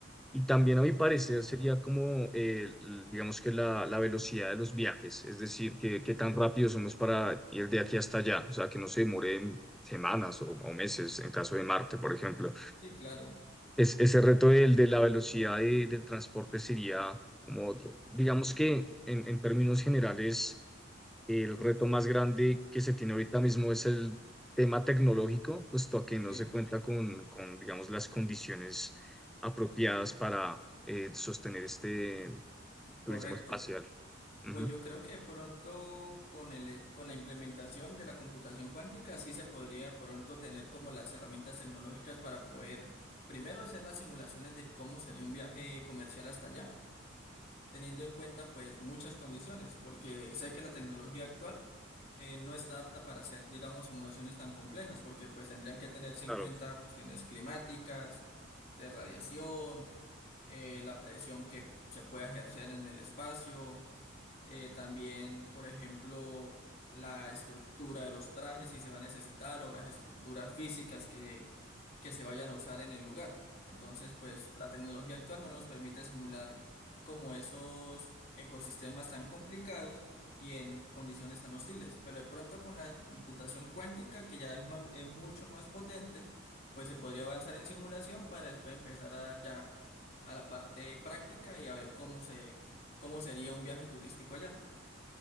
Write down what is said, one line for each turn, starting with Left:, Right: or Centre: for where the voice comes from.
Centre: Y también a mi parecer
Left: Sí,
Centre: sería como, eh, l- digamos que la, la velocidad de los viajes, es decir, que, qué tan rápido somos para ir de aquí hasta allá, o sea, que no se demoren semanas o, o meses en caso de Marte, por ejemplo.
Left: sí, claro,
Centre: Es, ese reto del, de la velocidad de- del transporte sería como otro. Digamos que en, en términos generales el reto más grande que se tiene ahorita mismo es el tema tecnológico, puesto a que no
Left: sí,
Centre: se cuenta con, con, digamos, las condiciones apropiadas para eh, sostener este
Left: correcto.
Centre: turismo espacial. Ujú.
Left: Pues yo creo que pronto con el, eh, con la implementación de la computación cuántica sí se podría de pronto tener como las herramientas tecnológicas para poder primero hacer las simulaciones de cómo sería un viaje comercial hasta allá, teniendo en cuenta pues muchas condiciones, porque sé que la tecnología actual eh, no está apta para hacer digamos simulaciones tan complejas, porque pues tendrían que tenerse en
Centre: Claro,
Left: cuenta cuestiones climáticas, de radiación, eh, la presión que se puede ejercer en el espacio eh, también, por ejemplo, la estructura de los trajes si se va a necesitar o las estructuras físicas que, que se vayan a usar en el lugar. Entonces, pues la tecnología actual no nos permite simular como esos ecosistemas tan complicados y en condiciones tan hostiles. Pero de pronto con la computación cuántica, que ya es, ma- es mucho más potente, pues se podría avanzar en simulación para después empezar a, ya a la parte práctica y a ver cómo se cómo sería un viaje turístico allá.